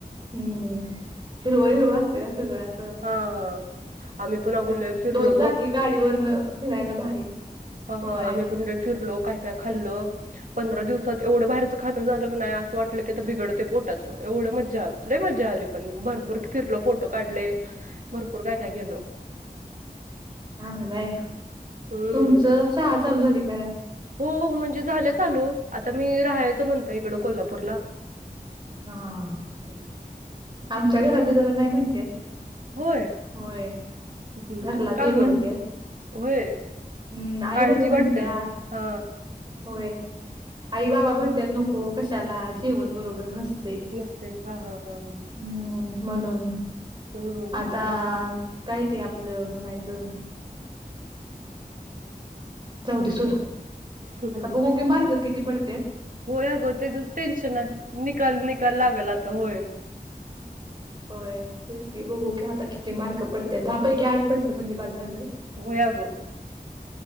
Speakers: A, on the right; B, on the right.
A: हम्म हिरव हरव असतं ना सगळ अस
B: हां. आम्ही पण अगं
A: त्यामु
B: लय फिरलो
A: दोन चाकी
B: बघ
A: गाडीवररन
B: अ,
A: फिरायला भारी
B: ह
A: होय.
B: हा आम्ही पण फिरलो काय का खाल्लं पंधरा दिवसात एवढं बाहेरच खाणं झालं नाही असं वाट म्हटल की आता बिघडत ते पोटात एवढं मजा लय मजा आली पण भर फिरलो फोटो काढले भरपूर काय काय केल
A: चांगलंय
B: हम्म
A: तुमचं शाळा चालू झाली का नाय?
B: हो म्हणजे झालं चालू आता मी राहायचं म्हणत इकडं कोल्हापूरला
A: हा.
B: <inaudible>
A: आमच्या घरातले जरा नाही म्हणत्यात
B: होय
A: होय.
B: हम्म
A: घरात
B: का
A: ये म्हणत्यात
B: ग होय
A: हम्म आई
B: काळजी
A: नको म्हणतीया
B: वाटतंय हा
A: होय आई बाबा बणतत नको कशाला जेवण बरोबर नसत
B: नसते हा, हा, हा, हा
A: हम्म म्हणून
B: हम्म हम्म
A: आता
B: हम्म
A: काय ते आपलं म्हणायचं जाऊ दे सुड
B: हम्म
A: आता बघू की मार्क किती पडत्यात
B: होय अगं ते तच टेन्शन आहे निकाल निकाल लागेल आता होय.
A: होय हेच की बघू की आता किती मार्क पडते दहा पैकी आठ पडलं म्हणजे बास झालं
B: होय अगं